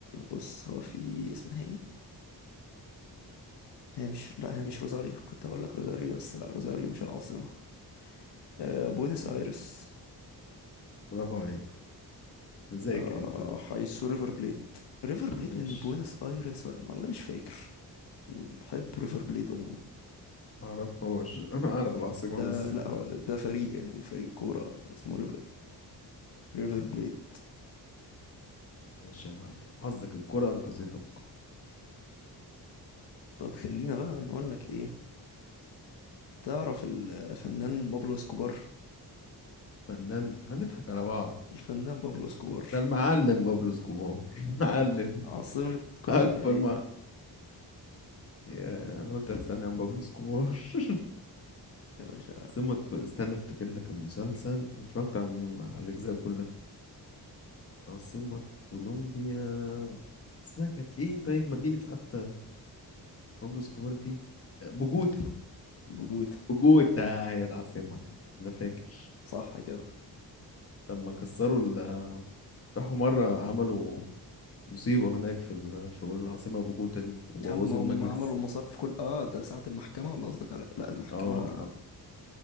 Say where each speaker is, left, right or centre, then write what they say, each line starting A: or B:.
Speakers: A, on the left; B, on the left.
A: بص هو في اسمها ايه هي مش لا هي مش روزاريو كنت هقول لك روزاريو بس لا روزاريو مش العاصمة آه بوينس ايرس
B: برافو عليك مذاكر
A: آه
B: انت أهو.
A: حيث ريفر بليد ريفر بليد
B: ماشي
A: من بوينس ايرس ولا والله مش فاكر بحب ريفر بليد عموما
B: معرفهاش انا اعرف العاصمة
A: ده
B: بس
A: لا هو ده فريق يعني فريق كورة اسمه ريفر ريفر بليد
B: ماشي يا معلم حظك الكرة انقذتك
A: طب خلينا بقى نقول لك ايه تعرف الفنان بابلو اسكوبار
B: فنان هنضحك على بعض
A: الفنان بابلو اسكوبار
B: ده المعلم بابلو سكوبار <laughs> معلم
A: عاصمة كولومبيا
B: اكبر
A: ايه
B: ما يا انا قلت هتسألني عن بابلو سكوبار <laughs>
A: يا باشا
B: عاصمة كو- استنى افتكر لك المسلسل انا اتفرجت عن- على الاجزاء كلها عاصمة كولومبيا اسمها كانت ايه طيب مدينة حتى بابلو سكوبار دي بوجوتا
A: بوجوتا
B: بوجوتا هي العاصمة انا فاكر
A: صح كده
B: لما كسروا ال راحوا مرة عملوا مصيبة هناك في ال- في العاصمة بوجوتا دي وبوظوا
A: يا عم هم
B: المجلس
A: عملوا المصاف في كل اه ده ساعة المحكمة ولا قصدك على لا المحكمة
B: اه اه